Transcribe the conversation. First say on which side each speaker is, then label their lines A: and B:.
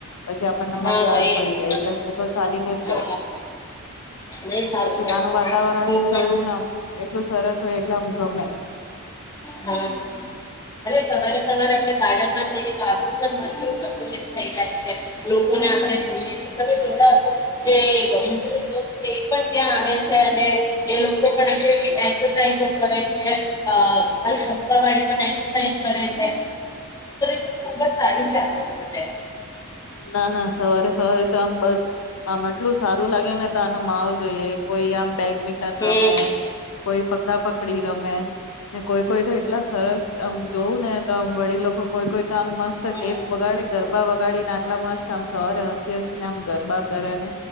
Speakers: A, on the left; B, on the left.
A: પછી આપણનમાં
B: હા
A: ભી ળાસ
B: એજ
A: ભરી જાય એટલે હું તો ચાલીને જ
B: હા
A: જાઉં
B: નહી સારું
A: પછી
B: કરો
A: તાનું
B: છો
A: વાતાવરણ
B: હું પણ
A: જોયું ને એટલુ સરસ હોય એટલે આમ ગમે
B: હા અરે સવારે સવારે <inaudible> ગાર્ડન માં જઈએ તો આપણુ મન કેવું પ્રફુલ્લિત થઈ જાય છે લોકોને આપણે જોઈએ તમે જોયા છો જે <unintelligible> છે એ પણ ત્યાં આવે છે અને એ લોકો પણ <inaudible> કઈ તો કરે છે આ <unintelligible> <unintelligible> કરે છે એ કરવી પણ ખુબ જ સારી છે આપણા માટે
A: ના ના સવારે સવારે તો આમ બ આમ આટલું સારું લાગે ને તાનો માહોલ જોઈએ કોઈ <unintelligible> મિટન
B: હમ
A: રમેૈ કોઈ પકડાપ ડી રમે ને કોઈ કોઈ તો એટલા સરસ આમ જોવું ને તો વડીલો કોઈ કોઈ તો આમ મસ્ત
B: હમ
A: ટેપ વગાડે ગરબા વગાડે આટલા મસ્ત આમ સવારે હસી હસીને આમ ગરબા કરે ને